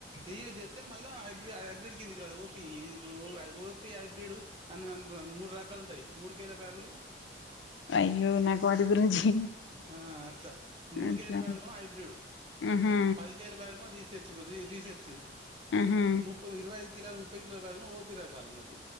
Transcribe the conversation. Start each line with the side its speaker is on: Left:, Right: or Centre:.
Right: ఇయూజ్ చేత్తే మళ్ళా హైబ్రిడ్ హైబ్రిడ్ కిందికి రాదు ఓపి ఇప్పుడు ఓపి హైబ్రిడ్ అను అను మూడు రకాలు ఉంటాయి మూడు కేజీల బ్యాగులు
Left: అయ్యో నాకు వాటి గురించి
Right: ఆ అట్లా మూడి
Left: అట్లా
Right: కేయల బ్యాగులు హైబ్రిడు
Left: ఆహా
Right: పదికేళ బ్యాగ్ ను రీసెట్ రీ రీసెర్చ్
Left: ఆహా
Right: ముప్ప ఇరవై ఐదు కిలోలు ముప్పై కిలో బాగ ఓపి రకాల అన్నట్టు